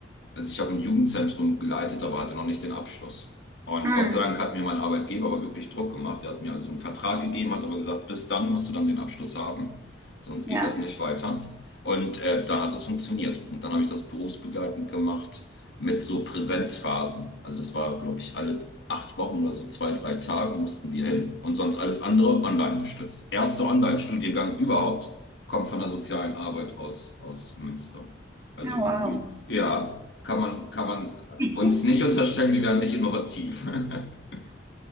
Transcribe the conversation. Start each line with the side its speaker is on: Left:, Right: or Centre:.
Left: also ich habe ein Jugendzentrum geleitet, aber hatte noch nicht den Abschluss. Und
Right: mm,
Left: Gott sei Dank hat mir mein Arbeitgeber aber wirklich Druck gemacht. Er hat mir also einen Vertrag gegeben, hat aber gesagt, bis dann musst du dann den Abschluss haben, sonst
Right: ja.
Left: geht das nicht weiter. Und äh, dann hat das funktioniert. Und dann habe ich das berufsbegleitend gemacht mit so Präsenzphasen. Also das war, glaube ich, alle acht Wochen oder so zwei, drei Tage mussten wir hin und sonst alles andere online gestützt. Erster Online-Studiengang überhaupt kommt von der sozialen Arbeit aus, aus Münster. Also
Right: Ah,
Left: irgendwie,
Right: wow.
Left: ja kann man, kann man äh,
Right: <laughs>
Left: uns nicht unterstellen, wir wären nicht innovativ. <laughs>